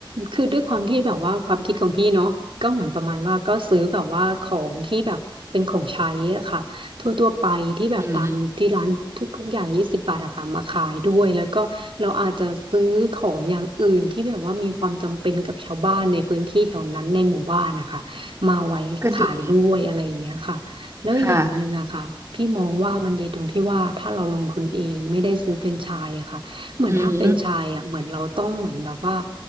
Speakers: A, on the right (about 75°); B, on the right (about 30°).
A: คือด้วยความที่แบบว่าความคิดของพี่เนาะก็เหมือนประมาณว่าก็ซื้อแบบว่าของที่แบบเป็นของใช้อะค่ะทั่วทั่วไปที่แบบตามที่ร้านทุกๆอย่างยี่สิบบาทอะค่ะมาขายด้วยแล้วก็เราอาจจะซื้อของอย่างอื่นที่แบบว่ามีความจำเป็นกับชาวบ้านในพื้นที่แถวนั้นในหมู่บ้านนะคะมาไว้ขายด้วยอะไรอย่างเงี้ยค่ะแล้วอีกอย่างหนึ่งอะค่ะพี่มองว่ามันดีตรงที่ว่าถ้าเราลงทุนเองไม่ได้ซื้อแฟรนไชส์อะค่ะ
B: อืมก็ดีค่ะ
A: เหมือนถ้าเป็นชายอ่ะเหมือนเราต้องเหมือนแบบว่า
B: อืม